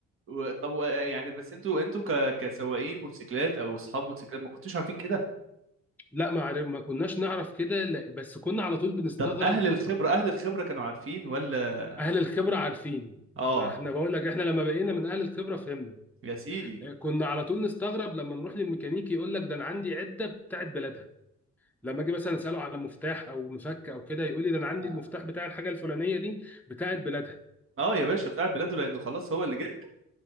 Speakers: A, on the right; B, in the centre.
A: و... طب و... يعني بس انتوا انتوا ك... كسواقين موتوسيكلات او اصحاب موتوسيكلات ما كنتوش عارفين كده
B: لا ما عرف ما كناش نعرف كده لا- بس كنا على طول بنستغرب
A: طب اهل الخبره اهل الخبره كانوا عارفين ولا
B: اهل الخبره عارفين
A: اه
B: ما احنا بقول لك احنا لما بقينا من اهل الخبره فهمنا
A: يا سيدي
B: كنا على طول نستغرب لما نروح للميكانيكي يقول لك ده انا عندي عده بتاعت بلدها لما اجي مثلا اساله على مفتاح او مفك او كده يقول لي ده انا عندي
A: اه
B: المفتاح بتاع الحاجه الفلانيه دي بتاعت بلادها
A: آه يا باشا بتاع بلاده لانه خلاص هو اللي جاي